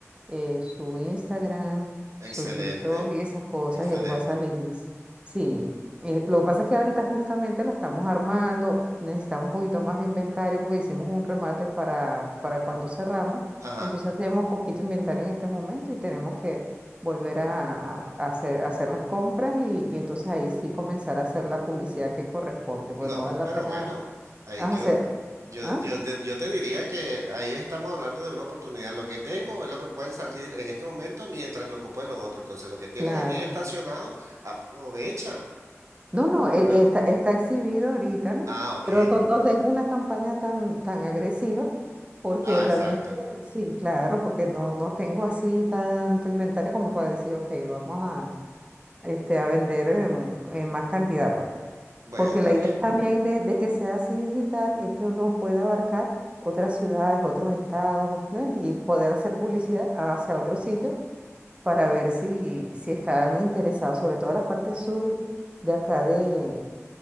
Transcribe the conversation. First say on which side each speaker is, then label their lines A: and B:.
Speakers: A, on the right; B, on the right.
A: eh, su Instagram,
B: Excelente,
A: su TikTok y esas cosas,
B: excelente.
A: y el WhatsApp Business. Sí, eh, lo que pasa es que ahorita justamente la estamos armando, necesitamos un poquito más de inventario porque hicimos un remate para, para cuando cerramos,
B: Ajá.
A: entonces tenemos poquito inventario en este momento y tenemos que volver a, a- a hacer, a hacer las compras y, y entonces ahí sí comenzar a hacer la publicidad que corresponde. Bueno,
B: No,
A: vale la
B: pero
A: pena
B: bueno, ahí
A: hacer.
B: yo, yo,
A: ¿Ah?
B: yo, te- yo te diría que ahí estamos hablando de una oportunidad. Lo que tengo es lo que puede salir en este momento mientras me ocupo de lo otro. Entonces, lo que tienes
A: Claro.
B: allí estacionado, aprovecha.
A: No, no, él
B: Ah,
A: está, está exhibido ahorita, ¿no?
B: ah, ok.
A: Pero no, no tengo una campaña tan, tan agresiva porque
B: Ah,
A: realmente
B: exacto.
A: sí, claro, porque no, no tengo así tanto inventario como para decir, ok, vamos a, este, a vender en en más cantidad, pues.
B: Bueno,
A: Porque la idea también de, de que sea así digital es que uno pueda abarcar otras ciudades, otros estados, ¿ves? Y poder hacer publicidad hacia otros sitios para ver si, si están interesados, sobre todo la parte sur de acá de,